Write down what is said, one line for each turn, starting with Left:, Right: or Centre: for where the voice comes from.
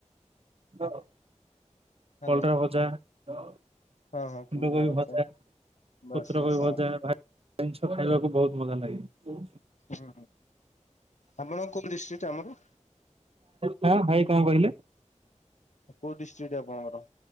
Right: କଲରା
Left: ହ୍ୟାଲୋ
Right: ଭଜା? ଫୁଲ
Left: ହଁ ହଁ କେନ୍ଦ୍ରାପଚା
Right: କୋବି ଭଜା
Left: ବାସ୍
Right: ପତ୍ର
Left: ବାସ୍
Right: କୋବି
Left: ହଁ
Right: ଭଜା ଭା ଜିନିଷ ଖାଇବାକୁ ବହୁତ ମଜା ଲାଗେ।
Left: ହୁଁ ଆପଣ କୋଉ ଡିଷ୍ଟ୍ରିକ୍ଟ ଆମର?
Right: କଣ ଭାଇ କଣ କହିଲେ?
Left: କୋଉ ଡିଷ୍ଟ୍ରିକ୍ଟ ଆପଣଙ୍କର?